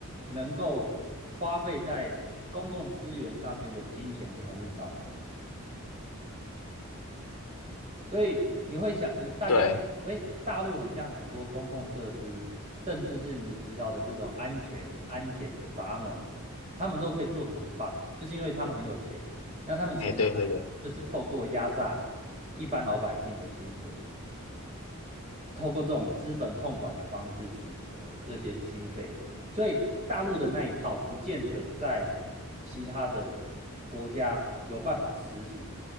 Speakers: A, on the right; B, on the left.
A: 能够花费在公共资源上面的金钱是很少的。所以你会想，呃，大家会觉得，
B: 对，
A: 喂，大陆很像很多公共设施，甚至是你提到的这种安全安检的闸门，他们都可以做得很棒，就是因为他们很有钱。那他们钱哪来？
B: 哎，对对对，
A: 就是透过压榨一般老百姓的薪水，透过这种资本控管的方式取得这些经费。所以大陆的那一套，不见得在其他的国家有办法实行。